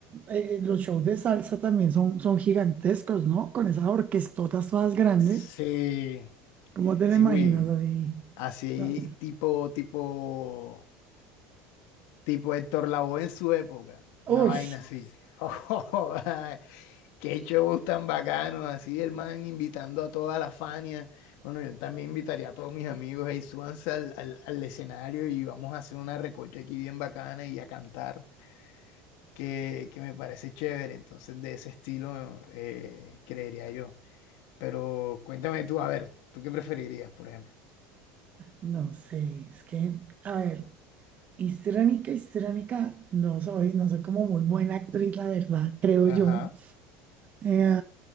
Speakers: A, on the right; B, on the left.
A: eh, eh, los shows de salsa también son, son gigantescos, ¿no? Con esas orquestotas todas grandes.
B: Sí,
A: ¿Cómo te
B: sí,
A: la imaginas
B: uy.
A: así?
B: Así
A: No.
B: tipo, tipo. tipo Héctor Lavoe en su época, una
A: Uy,
B: vaina así. <laughs> qué shows tan bacanos, así el man invitando a toda la Fania. Bueno, yo también invitaría a todos mis amigos, ahí súbanse al, al, al escenario y vamos a hacer una recocha aquí bien bacana y a cantar, que, que me parece chévere. Entonces, de ese estilo, eh, creería yo. Pero cuéntame tú, a ver, ¿tú qué preferirías, por ejemplo?
A: no sé, es que, a ver, histriónica, histriónica, no soy, no soy como muy buena actriz, la verdad, creo
B: Ajá.
A: yo. Eh,